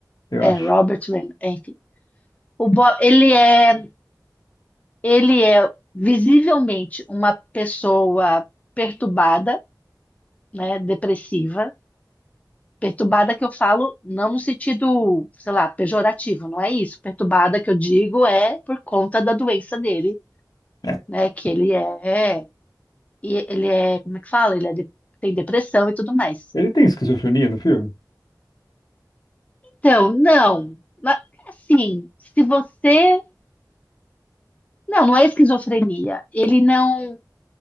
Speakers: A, on the left; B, on the left.
A: eu
B: É,
A: acho.
B: Robert Raymond, enfim. O Bob, ele é, ele é visivelmente uma pessoa perturbada, né? Depressiva. Perturbada que eu falo não no sentido, sei lá, pejorativo, não é isso. Perturbada que eu digo é por conta da doença dele,
A: É.
B: né? Que ele é, e ele é, como é que fala? Ele é de- tem depressão e tudo mais.
A: Ele tem esquizofrenia no filme?
B: Então, não. Ma- Assim, se você. Não, não é esquizofrenia. Ele não.